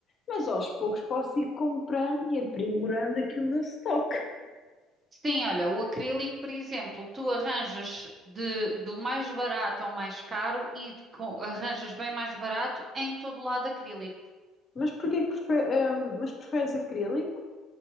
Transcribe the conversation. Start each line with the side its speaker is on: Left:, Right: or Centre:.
Left: mas aos poucos posso ir comprando e aprimorando aqui o meu stock.
Right: Sim, olha, o acrílico, por exemplo, tu arranjas de, do mais barato ao mais caro e com- arranjas bem mais barato em todo lado acrílico.
Left: Mas porquê que prefe- ah, mas preferes acrílico